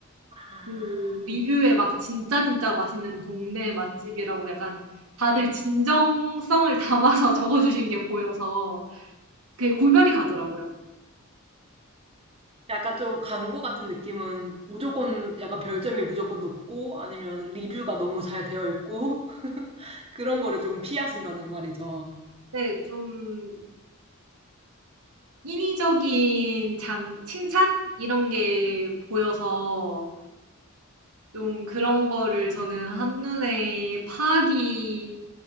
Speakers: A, on the right; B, on the right.
A: 아,
B: 그 리뷰에 막 진짜 진짜 맛있는 동네 맛집이라고 약간 다들 진정성을 담아서 <laughs> 적어주신 게 보여서 그게 구별이 가더라고요.
A: 약간 좀 광고 같은 느낌은 무조건 약간 별점이 무조건 높고 아니면 리뷰가 너무 잘 되어 있고 <laughs> 그런 거를 조금 피하신다는 말이죠.
B: 네, 좀 인위적인 장, 칭찬? 이런 게 보여서 좀 그런 거를 저는 한눈에 파악이